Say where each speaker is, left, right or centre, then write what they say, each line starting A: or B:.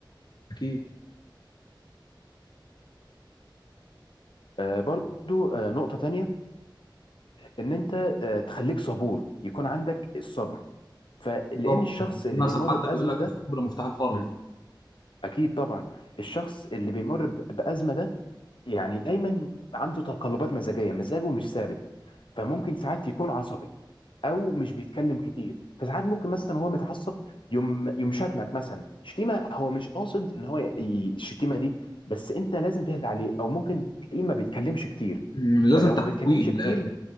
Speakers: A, on the left; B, on the left.
A: أكيد
B: آه برضو آه نقطه تانية ان انت آه تخليك صبور يكون عندك الصبر فلان
A: طبعا
B: الشخص
A: يعني
B: اللي
A: في مثل
B: بيمر
A: حتى
B: بازمه
A: بيقول لك
B: ده
A: الصبر مفتاح الفرج
B: مم، اكيد طبعا الشخص اللي بيمر ب- بازمه ده يعني دايما عنده تقلبات مزاجيه مزاجه مش ثابت فممكن ساعات يكون عصبي او مش بيتكلم كتير فساعات ممكن مثلا هو متعصب يوم يوم شتمك مثلا شتيمه هو مش قاصد ان هو ي- ي- الشتيمه دي بس انت لازم تهدى عليه او ممكن تلاقيه ما بيتكلمش كتير
A: مم، لازم
B: فلو
A: تحويه
B: ما بيتكلمش
A: من
B: كتير
A: الاخر